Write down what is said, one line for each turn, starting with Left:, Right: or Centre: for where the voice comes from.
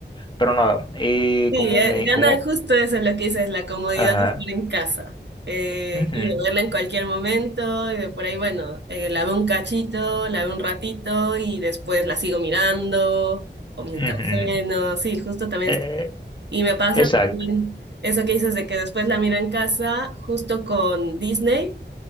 Left: Pero nada, eh,
Right: Sí,
Left: como
Right: eh,
Left: me,
Right: gana
Left: como,
Right: justo eso es lo que dices, la comodidad
Left: ajá,
Right: de estar en casa eh,
Left: ujú,
Right: y de verla en cualquier momento y de por ahí, bueno, eh, la veo un cachito, la veo un ratito y después la sigo mirando o mientras
Left: ujú,
Right: ceno, sí, justo también.
Left: eh,
Right: es- Y me pasa
Left: exacto,
Right: también eso que dices de que después la miro en casa justo con Disney,